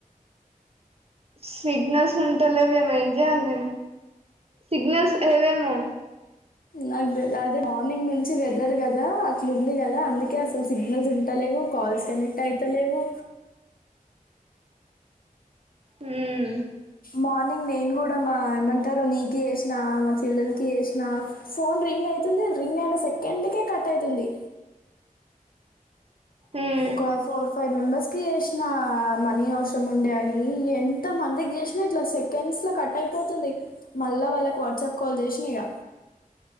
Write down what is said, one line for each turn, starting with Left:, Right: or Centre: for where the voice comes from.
Right: సిగ్నల్స్ ఉంటలెవేమో ఎంజెయాలే సిగ్నల్స్ ఏ వేమో
Left: నాక్ తె అదే మార్నింగ్ నుంచి వెదర్ కదా అట్లు ఉంది కదా అందుకే అసలు సిగ్నల్స్ ఉంటలే కల్స్ కనెక్ట్ అయితలేవు
Right: ఉమ్
Left: మార్నింగ్ నేను గుడా మా ఏమంటారు నీక చేసినా మా చెల్లెలికి చేసినా ఫోన్ రింగ్ ఐతుంది రింగ్ అయిన సెకండ్ కే కట్ అయితుంది
Right: మ్మ్
Left: ఒక ఫోర్ ఫైవ్ మెంబెర్స్కి చేసినా మనీ అవసరం ఉండే అని ఎంత మందికి చేసినా ఇట్లా సెకండ్స్ స్లా కట్ అయిపోతుంది మళ్ళా వాళ్ళకు వాట్సాప్ కాల్ చేసిన ఇగ